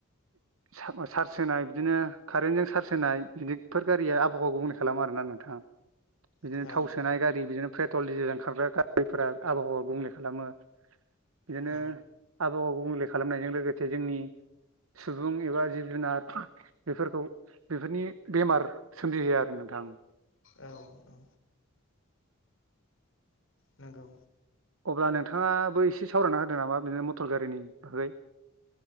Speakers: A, on the right; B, on the left.
A: चार्ज होनाय बिदिनो कारेन्टजों चार्ज होनाय बिदिफोर गारिया आबहावा गुबुंले खालामो आरोना नोंथाङा बिदिनो
B: औ
A: थाव सोनाय गारि बिदिनो पेट्रल डिजेल ओंखारग्रा गारिफोरा आबहावा गुंबुंले खालामो बिदिनो
B: औ
A: आबहावाखौ गुबुंले खालामनायजों लोगोसे जोंनि सुबुं एबा जिब जुनार बेफोरखौ बेफोरनि बेमार सोमजिहोयो आरो नोंथां
B: औ-औ। नोंगौ।
A: अब्ला नोंथाङाबो एसे सावरायना होदो नामा बिदिनो मटर गारिनि बागै